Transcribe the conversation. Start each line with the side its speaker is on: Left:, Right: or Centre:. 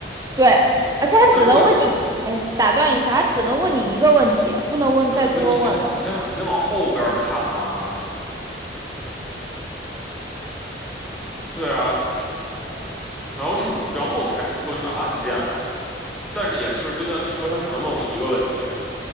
Right: 对，而且他只能问你，
Centre: 那如果是
Right: 哎，打断一下，他只能问你一个问题，
Centre: 嗯，
Right: 不能问再多问了。
Centre: 对，不，是你先你先你先往后边儿看嘛。对啊，然后是然后才是关于案件嘛。但是也是，就像你说，他只能问我一个问题。